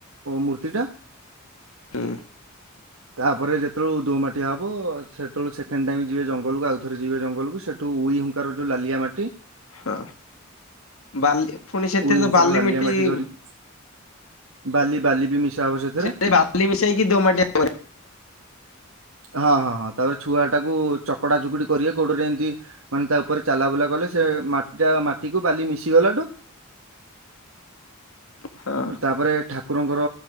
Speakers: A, on the right; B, on the left.
A: ମୂର୍ତ୍ତିଟା।
B: <inaudible> ହୁଁ।
A: ତାପରେ ଯେତେବେଳେ ଦୋମାଟିଆ ହବ। ସେତେବେଳକୁ ସେକେଣ୍ଡ ଟାଇମ ଯିବେ ଜଙ୍ଗଲକୁ। ଆଉଥରେ ଯିବେ ଜଙ୍ଗଲକୁ। ସେ ଟୁ ଉଇ ହୁଙ୍କାର ଯୋଉ ଲାଲିଆ ମାଟି।
B: ହଁ। ବାଲି ପୁଣି ସେଥିରେ
A: ଉଇ ହୁଙ୍କାର
B: ତ ବାଲି
A: ଲାଲିଆ
B: ମିଟେଇବୁ।
A: ମାଟି ଧରିକି ବାଲି ବାଲି ବି ମିଶା ହବ ସେ
B: ସେଥିରେ ବାଲି ମିଶେଇକି ଦୋମାଟିଆ କରେ।
A: ହଁ ହଁ ହଁ ତାପରେ ଛୁଆଟାକୁ ଚକଡ଼ା ଚକଡ଼ି କରିବେ ଗୋଡ଼ରେ ଏମିତି ମାନେ ତା ଉପରେ ଚାଲା ବୁଲା କଲେ ସେ ମାଟି ଏଟା ମାଟିକୁ ବାଲି ମିଶି ଗଲାଠୁ
B: ହଁ
A: <inaudible> ତାପରେ ଠାକୁରଙ୍କର